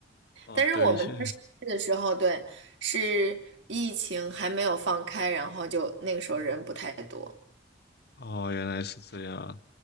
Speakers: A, on the left (about 60°); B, on the right (about 80°).
A: 哦，
B: 但是我们当时去的时候，
A: 对，确
B: 对，是疫情还没有放开，然后就那个时候人不太多。
A: 哦，原来是这样。